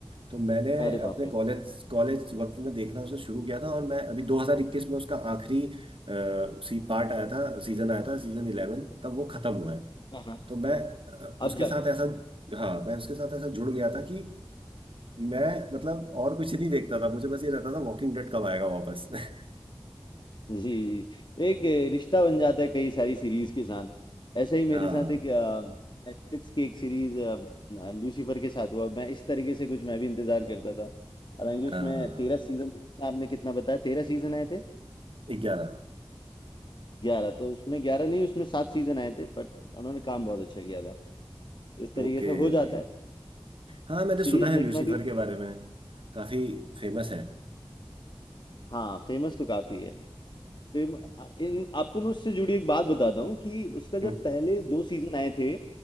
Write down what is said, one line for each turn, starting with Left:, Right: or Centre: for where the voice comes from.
Right: तो मैंने
Left: अरे
Right: अपने
Left: बाप रे
Right: कॉलेज कॉलेज वक्त में देखना उसे शुरू किया था और मैं अभी 2021 में उसका आखिरी अ, सी पार्ट आया था सीजन आया था सीजन 11 तब वो खत्म हुआ है
Left: हाँ हाँ
Right: तो मैं अ, उसके
Left: अब जाके
Right: साथ ऐसा हाँ मैं उसके साथ ऐसा जुड़ गया था कि मैं मतलब और कुछ नहीं देखता था मुझे बस ये रहता था वॉकिंग डेड कब आएगा वापस <laughs>
Left: जी एक रिश्ता बन जाता है कई सारी सीरीज के साथ ऐसा ही
Right: हाँ
Left: मेरे साथ एक नेटफ्लिक्स की एक सीरीज लूसीफर के साथ हुआ मैं इस तरीके से कुछ मैं भी इंतजार करता था हालांकि उसमें
Right: हाँ
Left: तेरह सीजन आपने कितना बताया तेरह सीजन आए थे
Right: ग्यारह
Left: ग्यारह तो उसमें ग्यारह नहीं उसमें सात सीजन आए थे बट उन्होंने काम बहुत अच्छा किया था तो इस तरीके
Right: Okay
Left: से हो
Right: okay
Left: जाता है
Right: हाँ मैंने
Left: सीरीज
Right: सुना है
Left: देखना
Right: लूसीफर
Left: भी
Right: के बारे में काफी फेमस है
Left: हाँ फेमस तो काफी है फेम, इन आपको मैं उससे जुड़ी एक बात बताता हूँ कि उसका जब
Right: हम्म
Left: पहले दो सीजन आए थे